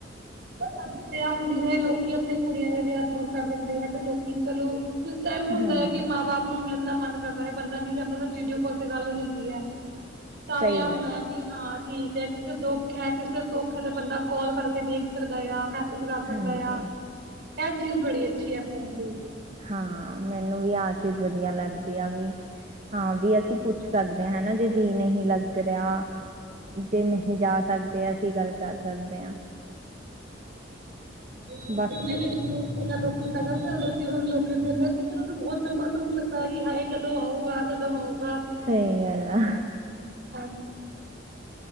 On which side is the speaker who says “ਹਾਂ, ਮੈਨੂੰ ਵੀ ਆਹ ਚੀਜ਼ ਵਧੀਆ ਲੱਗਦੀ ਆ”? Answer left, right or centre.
Right